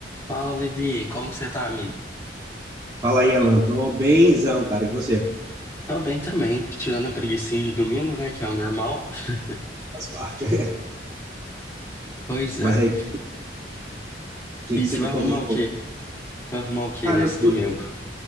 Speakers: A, on the left (about 15°); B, on the right (about 25°).
A: Fala, Levi, como que você tá, amigo?
B: Fala aí, Alan. Tô bemzão, cara. E você?
A: Tô bem também, tirando a preguicinha de domingo, né, que é o normal. <laughs>
B: Faz parte. <laughs>
A: Pois é.
B: Mas aí, o que
A: E
B: que você
A: você
B: me
A: vai
B: conta
A: arrumar
B: de
A: o
B: novo?
A: quê? Vai arrumar o quê
B: Cara,
A: nesse
B: eu tô,
A: domingo?